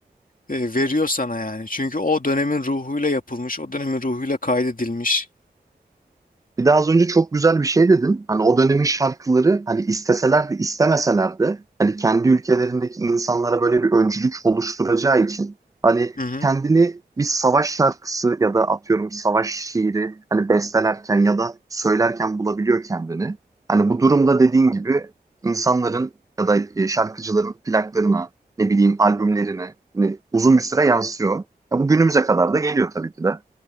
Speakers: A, on the left (about 55°); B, on the right (about 20°).
A: e, veriyor sana yani. Çünkü o dönemin ruhuyla yapılmış, o dönemin ruhuyla kaydedilmiş.
B: Bir daha az önce çok güzel bir şey dedin. Hani o dönemin şarkıları hani isteseler de istemeseler de hani kendi ülkelerindeki insanlara böyle bir öncülük oluşturacağı için hani
A: Hı hı,
B: kendini bir savaş şarkısı ya da atıyorum savaş şiiri hani bestelerken ya da söylerken bulabiliyor kendini. Hani bu durumda dediğin gibi insanların ya da e, şarkıcıların plaklarına ne bileyim albümlerine hani uzun bir süre yansıyor. Ya bu günümüze kadar da geliyor tabii ki de